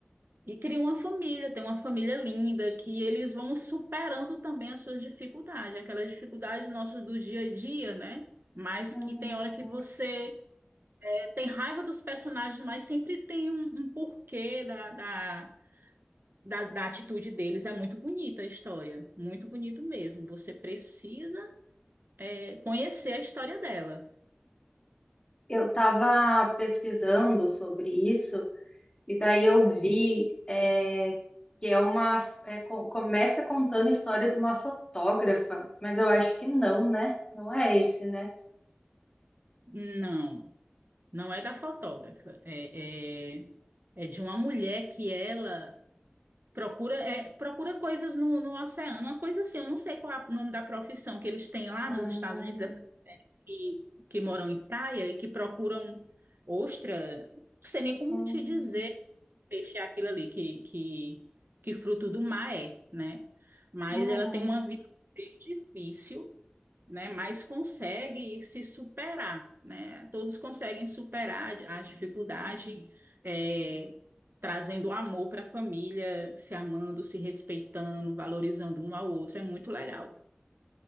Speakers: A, on the right; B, on the left.
A: E cria uma família, tem uma família linda, que eles vão superando também as suas dificuldades, aquelas dificuldades nossas do dia a dia, né? Mas
B: Uhum.
A: que tem hora que você eh, tem raiva dos personagens, mas sempre tem um, um porquê da, da, da, da atitude deles. É muito bonita a história, muito bonito mesmo. Você precisa eh, conhecer a história dela.
B: Eu estava pesquisando sobre isso e daí eu vi é, que é uma é, co- começa contando a história de uma fotógrafa, mas eu acho que não, né? Não é esse, né?
A: Não, não é da fotógrafa, é, é, é de uma mulher que ela. Procura, é, procura coisas no, no oceano, uma coisa assim. Eu não sei qual é o nome da profissão que eles têm lá
B: Hum,
A: nos Estados Unidos, essas mulheres que, que moram em praia e que procuram ostra. Não sei nem como
B: hum,
A: te dizer, peixe é aquilo ali, que, que, que fruto do mar é, né? Mas
B: uhum.
A: ela tem uma vida bem difícil né, mas consegue se superar, né? Todos conseguem superar as dificuldades, é, trazendo amor para a família, se amando, se respeitando, valorizando um ao outro, é muito legal.